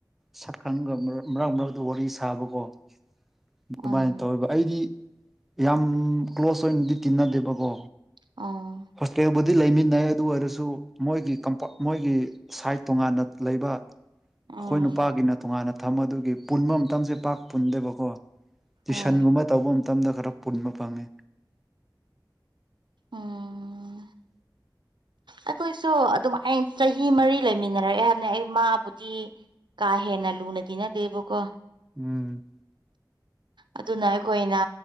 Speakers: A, in the centre; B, on the right.
A: ꯁꯛꯀꯪꯒ ꯃꯔꯛ ꯃꯔꯛꯇ ꯋꯥꯔꯤ ꯁꯥꯕꯀꯣ ꯑꯗꯨꯃꯥꯏꯅ
B: ꯎꯝ
A: ꯇꯧꯌꯦꯕ ꯑꯩꯗꯤ ꯌꯥꯝ ꯀ꯭ꯂꯣꯖ ꯑꯣꯏꯅꯗꯤ ꯇꯤꯟꯅꯗꯦꯕꯀꯣ
B: ꯑꯣ
A: ꯍꯣꯁꯇꯦꯜꯕꯨ ꯗꯤ ꯂꯩꯃꯤꯟꯅꯩ ꯑꯗꯨ ꯑꯣꯏꯔꯁꯨ ꯃꯣꯏꯒꯤ ꯀꯝꯄ ꯃꯣꯏꯒꯤ ꯁꯥꯏꯠ ꯇꯣꯉꯥꯟꯅ ꯂꯩꯕ ꯑꯩꯈꯣꯏ
B: ꯎꯝ
A: ꯅꯨꯄꯥꯒꯤꯅ ꯇꯣꯉꯥꯟꯅ ꯊꯝ ꯑꯗꯨꯒꯤ ꯄꯨꯟꯕ ꯃꯇꯝꯁꯦ ꯄꯥꯛ ꯄꯨꯟꯗꯦꯕꯀꯣ ꯇꯨꯏꯁꯟꯒꯨꯝꯕ
B: ꯍꯣꯏ
A: ꯇꯧꯕ ꯃꯇꯝꯗ ꯈꯔ ꯄꯨꯟꯕ ꯐꯪꯉꯦ
B: ꯎꯝ ꯑꯩꯈꯣꯏꯁꯨ ꯑꯗꯨꯝꯃꯥꯏ ꯆꯍꯤ ꯃꯔꯤ ꯂꯩꯃꯤꯟꯅꯔꯛꯑꯦ ꯍꯥꯏꯕꯅꯦ ꯑꯩ ꯃꯥꯕꯨꯗꯤ ꯀꯥꯍꯦꯟꯅ ꯂꯨꯅ ꯇꯤꯟꯅꯗꯦꯕꯀꯣ
A: ꯎꯝ
B: ꯑꯗꯨꯅ ꯑꯩꯈꯣꯏꯅ